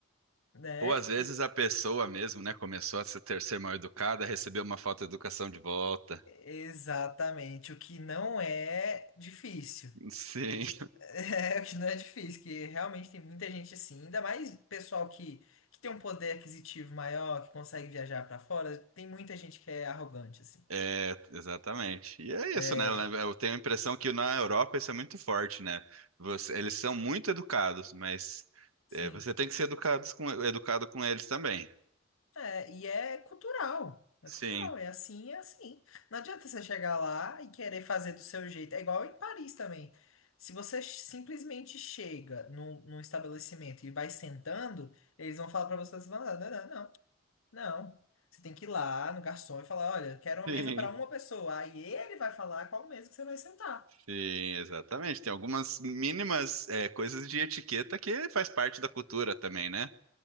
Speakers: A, on the left (about 75°); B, on the right (about 80°).
A: né?
B: Ou às vezes a pessoa mesmo, né, começou a se ter ser mal educada, recebeu uma falta de educação de volta.
A: Exatamente, o que não é difícil.
B: <laughs>
A: <laughs>
B: Sim,
A: É, o que não é difícil, que realmente tem muita gente assim, ainda mais pessoal que, que tem um poder aquisitivo maior, que consegue viajar pra fora, tem muita gente que é arrogante, assim.
B: é, exatamente. E é
A: É,
B: isso, né? né, Eu tenho a impressão que na Europa isso é muito forte, né? Você- eles são muito educados, mas
A: sim.
B: é, você tem que ser educados com, educado com eles também.
A: É, e é cultural. É
B: Sim,
A: cultural, é assim, é assim. Não adianta você chegar lá e querer fazer do seu jeito. É igual em Paris também. Se você ch- simplesmente chega num, num estabelecimento e vai sentando, eles vão falar pra você, você fala, não, não, não. Não. Você tem que ir lá no garçom e falar, olha, quero uma
B: sim,
A: mesa para uma pessoa. Aí ele vai falar qual mesa que você vai sentar.
B: sim, exatamente. Tem algumas mínimas é, coisas de etiqueta que faz parte da cultura também, né?